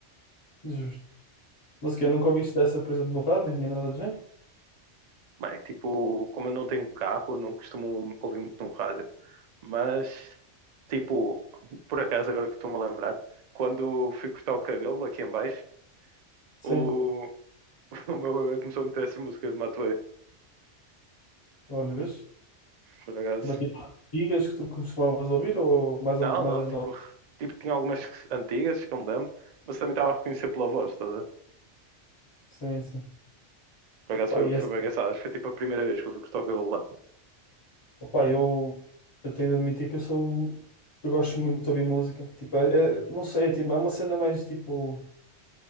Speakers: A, on the left; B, on the right.
A: justas. Mas que eu nunca ouviste essa, por exemplo, no rádio, nem nada do género?
B: Bem, tipo, como eu não tenho um carro, eu não costumo ouvir muito no rádio. Mas, tipo, por acaso, agora que estou-me a lembrar, quando fui cortar o cabelo aqui em baixo,
A: Sim,
B: o, <laughs> o meu bebê começou a meter essa música de Matuê,
A: olha, vês?
B: por acaso.
A: Mas tipo, as antigas que tu costumavas ouvir ou mais,
B: Não,
A: ou- mais
B: não,
A: as
B: tipo,
A: novas?
B: tipo, tinha algumas antigas que eu me lembro, mas também estava a reconhecer pela voz, toda.
A: Sim, sim.
B: Por acaso
A: Pá,
B: foi,
A: e essa
B: foi bem engraçado. Acho que foi tipo a primeira vez que eu fui cortar o cabelo lá.
A: Opa, eu, eu tenho de admitir que eu sou. um, Eu gosto muito de ouvir música. Tipo, é, é- não sei, é, tipo, é uma cena mais tipo.